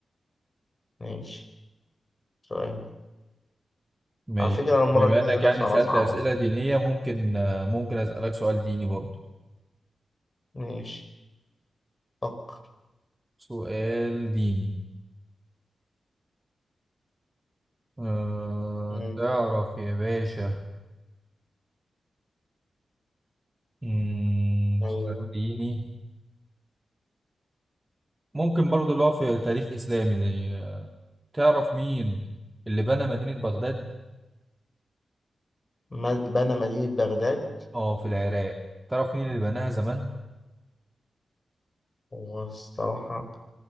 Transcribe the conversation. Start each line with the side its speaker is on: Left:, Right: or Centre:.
Left: ماشي سؤال
Right: ماشي
Left: على فكرة أنا المرة
Right: بما
Left: الجاية
Right: انك
Left: هجيب
Right: يعني
Left: لك سؤال
Right: سألت
Left: أصعب
Right: أسئلة دينية ممكن آه، ممكن أسألك سؤال ديني برضه
Left: ماشي فكر
Right: سؤال ديني أه
Left: مم.
Right: تعرف يا باشا مم.
Left: أيوه
Right: سؤال ديني ممكن برضو اللي هو في تاريخ إسلامي زي آه، تعرف مين اللي بنى مدينة بغداد؟
Left: ما- بنى مدينة بغداد
Right: اه في العراق تعرف مين اللي بناها زمان؟
Left: هو الصراحة